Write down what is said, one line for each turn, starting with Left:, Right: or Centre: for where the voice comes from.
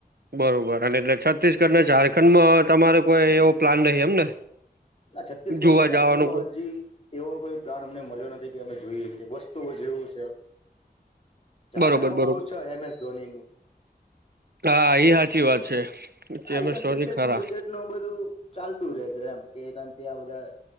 Right: બરોબર અને એટલે છત્તીસગઢ ને ઝારખંડમાં તમારે કોઈ એવો પ્લાન નહીં એમને.
Left: આ છત્તીસગઢમાં
Right: જોવા
Left: ઝણખંડમાં
Right: જવાનો કોઈ
Left: હજી, એવો કોઈ પ્લાન અમને મળ્યો નથી કે અમે જોઈએ કે વસ્તુઓ જેવું છે. ઝારખંડ
Right: બરોબર
Left: માં
Right: બરોબર
Left: પાહુ છ એમ એસ ધોની નું,
Right: હા એ સાચી વાત છે.
Left: હા
Right: અમે
Left: એકણ
Right: સોની
Left: ક્રિકેટનું
Right: ખરા
Left: બિકેટ નું બધું ચાલતું રહેે છે એમ કે <unintelligible> ણ આ બધા,